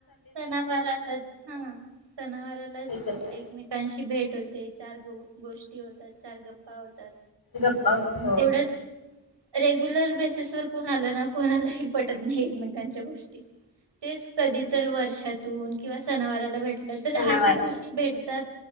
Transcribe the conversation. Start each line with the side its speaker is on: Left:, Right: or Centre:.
Right: सणावारालाच हा सणावारालाच
Left: एकत्र
Right: एकमेकांशी की भेट होते, चार गो गोष्टी होतात, चार गप्पा होतात.
Left: गप्पा हो
Right: तेवढंच रेग्युलर बेसिस तर कोण आलं ना कोण आलाय पटत नाही एकमेकांच्या गोष्टी तेच कधी तर वर्षातून किंवा सनावाराला भेट
Left: सणावार
Right: तरी हसी खुशी भेटतात.